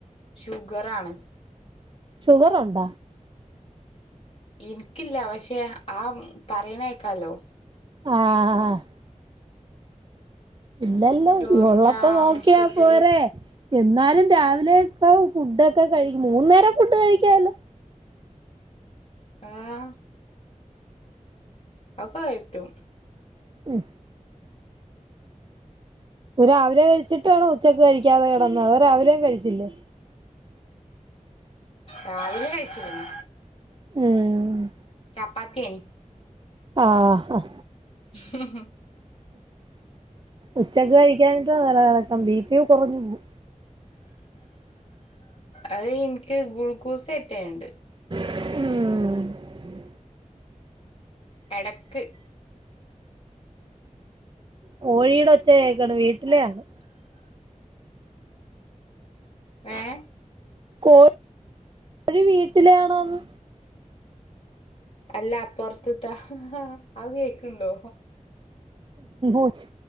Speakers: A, on the left (about 45°); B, on the right (about 35°).
A: ഷുഗർ ആാണ്
B: ശുഗർ ഉണ്ട
A: എനിക്കില്ല പക്ഷെ ആ പറയണേക്കാലോ
B: ആഹ് ആഹ് ഇല്ലല്ലോ
A: ചോറിന്റെ
B: ഉള്ളപ്പ
A: ആംശത്തില്
B: നോക്കിയാ പോരെ എന്നാലും രാവിലെ ഒക്കെ ഫുഡൊക്കെ കഴിക്കും മൂന്ന നേരം ഫുഡ് കഴിക്കാലോ
A: ആഹ് അകയറ്റും
B: മ്മ്ഹ് രാവിലെ കഴിച്ചിട്ടാണോ ഉച്ചക്ക് കഴിക്കാതെ കിടന്ന അത് രാവിലെയും കഴിച്ചില്ലേ
A: രാവില കഴിച്ചിണ്
B: മ്മ്ഹ്
A: ചപ്പാത്തിയെയ്നിം
B: ആഹ് ആ
A: മ്മ്ഹ്
B: ഉച്ചക്ക് കഴിക്കാഞ്ഞിട്ടാ തലറക്കം ബീപി കുറഞ്ഞു പോവും
A: അത് ഇന്ക്ക് ഗ്ലൂക്കൂസ്‌ കയറ്റാണ്ട്
B: മ്മ്ഹ്
A: എടക്ക്
B: കോഴിയുടെ ഒച്ച കേക്കണ് വീട്ടലാ ആണ്
A: ഏഹ്
B: കോഴി കോഴി വീട്ടിലാണന്ന്
A: അല്ല അപ്പോർത് താ ആ കേക്കണ്ടോ
B: ഒച്ച